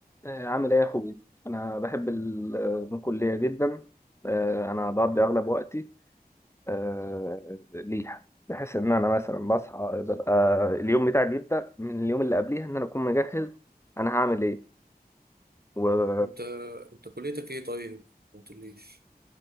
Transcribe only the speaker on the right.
انت انت كليتك ايه طيب ما قلتليش